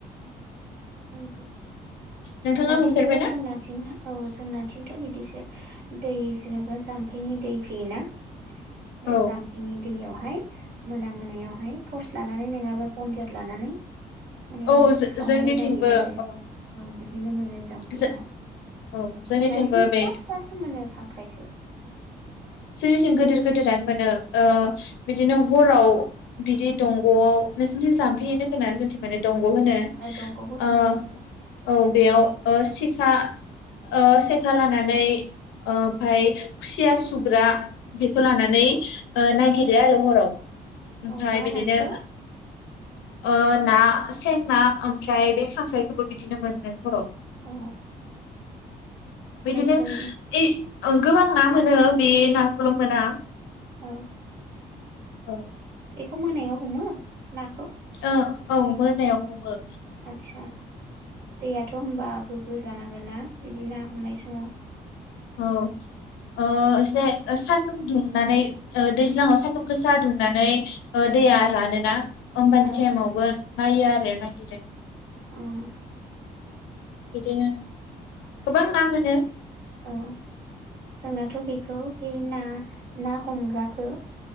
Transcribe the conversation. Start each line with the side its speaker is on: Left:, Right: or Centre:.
Right: उम
Left: नोंथाङा
Right: जोंनिथिंथ
Left: हमफेरबायना
Right: जोंनिथिं औ जोंनाथिं। थ बिदिसो दै जेनबा जाम्फैनि दै फैयोना? बे
Left: औ
Right: जाम्फैनि दैयावहाय मोना मोनायावहाय टर्स लानानै नङाबा बनजार लानानै माने
Left: औ जो-
Right: सावनानै
Left: जोंनिथिंबो
Right: नागिरो आरो
Left: औ
Right: औ बिदिनो मोनो जाम्फैयावहाय
Left: जो- औ जोंनिथिंबो
Right: जोंनाथिं फिसा
Left: बे
Right: फिसासो मोनो खांख्राइखौ
Left: सेरथिं गोदोर गोदोरानो मोनो ओ
Right: औ
Left: बिदिनाव हराव बिदि दंगआव नोंसोरनिथिं जाम्फैनो गोनां जोंथि माने दंग ब होननो
Right: औ दंग'बो होनो
Left: आ औ बेयाव ओ सिखा ओ सेखा लानानै ओमफाय खुसिया सुब ग्रा बिखौ लानानै ओ नागिरो आरो हराव ओमफ्राय
Right: औ मा
Left: बिदिनो
Right: नाखौ
Left: ओ ना सें ना ओमफ्राय बे खांख्राइखौबो बिदिनो मोनन्नो हराव
Right: अ
Left: बिदिनो
Right: जों
Left: इ ओ गोबां ना मोनो बे नाखौल मोना
Right: औ
Left: औ
Right: एखौ मोनायाव हमो नाखौ
Left: ओ औ मोनायाव हमो
Right: आदसा दैयाथ' होनबा गोग्गो जानांगोनना बिदि ना हमनाय समाव
Left: औ ओ एसे ओ सानदुं दुंनानै ओ दैज्लाङाव सान्दुं गोसा दुंनानै ओ दैया
Right: औ
Left: रानोना ओमबानि
Right: औ
Left: टाइमावबो नायो आरो नागिरो।
Right: ओम
Left: बिदिनो गोबां ना मोनो
Right: औ जोंनाथ बेखौ बे ना ना हमग्राखो